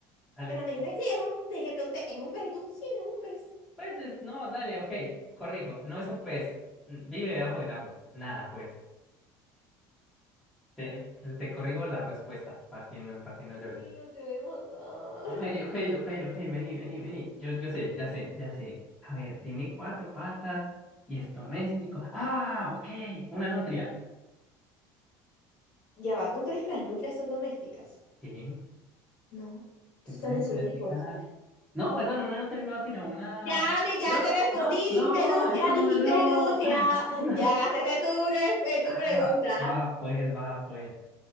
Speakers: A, in the centre; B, on the left.
A: <laughs> dale.
B: Pero me dijiste, sí, es un, te dije, pregunté, ¿es un pez? Y tú, sí, es un pez.
A: Pues es, no, dale, ok, corrijo, no es un pez, mm, vive debajo del agua. Nada, pues, te, te, te corrijo la respuesta para que no, para que no
B: Dios
A: llores.
B: mío, te voy a matar.
A: Ok, ok, ok, ok, vení, vení, vení. Yo, yo sé, ya sé, ya sé. A ver, tiene cuatro patas y es doméstico. Ah, ok, una nutria.
B: Ya va, ¿tú crees que las nutrias son domésticas?
A: Sí.
B: No, eso
A: Se pueden
B: están en zoológicos.
A: domesticar. No, perdón, una no terminó, sino una.
B: Ya, me, ya
A: No,
B: te respondí,
A: no, no,
B: dijiste nutria,
A: es como
B: dijiste
A: no.
B: nutria.
A: <laughs>
B: Ya gastaste tu, re- eh, tu
A: Ah,
B: pregunta.
A: no. Ah, va, pues, va, pues.